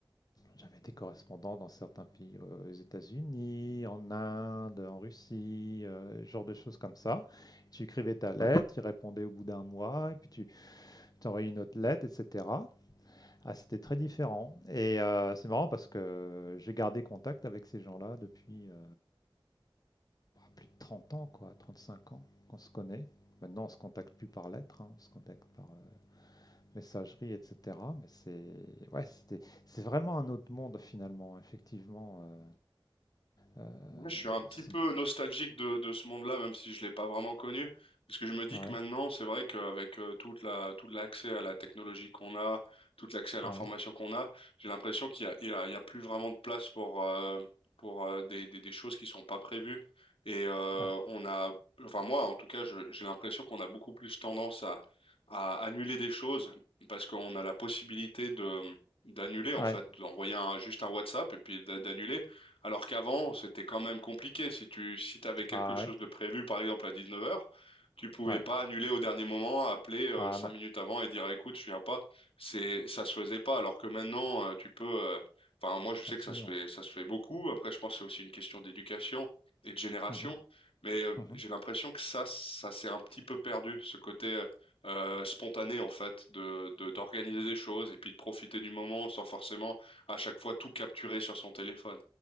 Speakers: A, on the left; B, on the left.
A: j'avais des correspondants dans certains pays, euh, aux États-Unis, en Inde, en Russie, euh, genre de choses comme ça. Tu écrivais ta lettre, tu répondais au bout d'un mois, et puis tu t'envoyais une autre lettre, etc. Ah, c'était très différent. Et euh, c'est marrant parce que j'ai gardé contact avec ces gens-là depuis euh, plus de 30 ans, quoi, 35 ans qu'on se connaît. Maintenant, on se contacte plus par lettre, hein, on se contacte par euh, messagerie, etc. Mais c'est ouais, c'était c'est vraiment un autre monde finalement, effectivement. euh, euh,
B: Moi, je suis un petit
A: ce-
B: peu nostalgique de, de ce monde-là, même si je l'ai pas vraiment connu, parce que je me dis
A: ouais,
B: que maintenant, c'est vrai qu'avec euh, toute la, tout l'accès à la technologie qu'on a, tout l'accès à l'information
A: ouais,
B: qu'on a, j'ai l'impression qu'il y a, il y a, il y a plus vraiment de place pour euh, pour euh, des, des, des choses qui sont pas prévues. Et euh,
A: ouais,
B: on a, enfin moi, en tout cas, je- j'ai l'impression qu'on a beaucoup plus tendance à à annuler des choses parce qu'on a la possibilité de d'annuler en
A: ouais.
B: fait, d'envoyer un, juste un WhatsApp et puis d'a- d'annuler. Alors qu'avant, c'était quand même compliqué. Si tu, si t'avais quelque
A: Ah
B: chose
A: ouais,
B: de prévu, par exemple à 19h, tu pouvais
A: ouais.
B: pas annuler au dernier moment, appeler euh,
A: Ah
B: cinq
A: non,
B: minutes avant et dire écoute, je viens pas. C'est, ça se faisait pas. Alors que maintenant, euh, tu peux. euh, Enfin, moi, je sais
A: absolument.
B: que ça se fait, ça se fait beaucoup. Après, je pense que c'est aussi une question d'éducation et de génération.
A: Mhm,
B: Mais euh,
A: mhm.
B: j'ai l'impression que ça, ça s'est un petit peu perdu, ce côté euh, euh, spontané en fait, de, de- d'organiser des choses et puis de profiter du moment sans forcément à chaque fois tout capturer sur son téléphone.